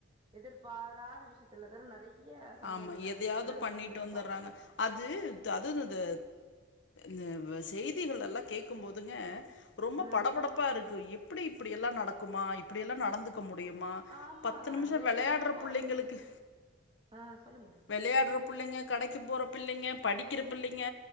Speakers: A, on the right (about 25°); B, on the left (about 65°).
A: எதிர்பாராத விஷ்யத்துலதா நம் நெறைய சம்போவங்கள்
B: ஆமா
A: நடக்குது
B: எதையாவது
A: இப்பதா நம்ம
B: பண்ணிட்டு
A: டிவில
B: வந்துடுறாங்க
A: பாக்கறங்ளே
B: அது ததததது ன வ் செய்திகள்லெல்லா கேக்கும்போதுங்க ரொம்ப
A: ஆ
B: படபடப்பாருக்கு எப்டி இப்டி எல்லா நடக்குமா அப்புடி எல்லா நடந்துக்க முடியுமா
A: ஆமா
B: பத்து நிமிஷோ
A: எனக்கு
B: வெளயாடுற
A: எப்போ
B: பிள்ளைங்களுக்கு
A: ஆ சொல்லுங்க
B: வெளையாடுற புள்ளைங்க கடைக்கு போற பிள்ளைங்க படிக்கிற பிள்ளைங்க